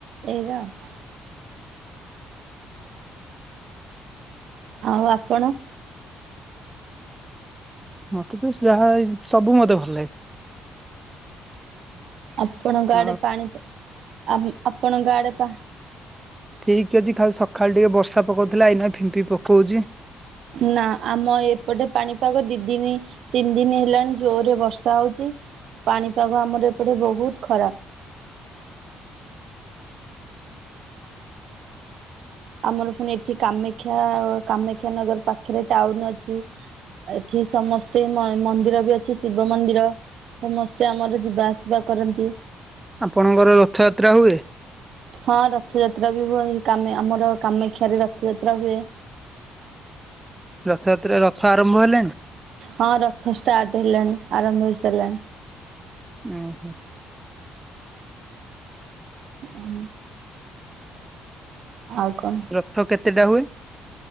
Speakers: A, on the right; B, on the right.
A: ଏଇରା ଆଉ। ଆଉ ଆପଣ?
B: ମତେ ତ ଯାହା ଏଇ ସବୁ ମତେ ଭଲ ଲାଗେ।
A: ଆପଣଙ୍କ ଆଡେ
B: ଆଉ
A: ପାଣି ପ ଆମେ ଆପଣଙ୍କଡେ ପା
B: ଠିକ୍ ଅଛି ଖାଲି ସକାଳୁ ଟିକେ ବର୍ଷା ପକଉଥିଲା ଏଇନା ଫିମ୍ପି ପକଉଛି।
A: ନା ଆମ ଏପଟେ ପାଣିପାଗ ଦିଦିନି ତିନି ଦିନି ହେଲାଣି ଜୋରରେ ବର୍ଷା ହଉଚି ପାଣିପାଗ ଆମର ଏପଟେ ବହୁତ ଖରାପ। ଆମର ଫୁଣି ଏଠି କାମେକ୍ଷା କାମେକ୍ଷାନଗର ପାଖେରେ ଟାଉନ ଅଛି ଏଠି ସମସ୍ତେ ମ - ମନ୍ଦିର ବି ଅଛି ଶିବ ମନ୍ଦିର। ସମସ୍ତେ ଆମର ଯିବା ଆସିବା କରନ୍ତି।
B: ଆପଣଙ୍କର ରଥଯାତ୍ରା ହୁଏ?
A: ହଁ ରଥଯାତ୍ରା ବି ହୁଏ କାମେ ଆମର କାମେକ୍ଷାରେ ରଥଯାତ୍ରା ହୁଏ।
B: ରଥଯାତ୍ରା ରଥ ଆରମ୍ଭ ହେଲେଣି?
A: ହଁ ରଥ ଷ୍ଟାର୍ଟ ହେଲାଣି ଆରମ୍ଭ ହେଇସାରିଲାଣି।
B: ଉ ହୁଁ।
A: ଉଁ। ଆଉ କଣ?
B: ରଥ କେତେଟା ହୁଏ?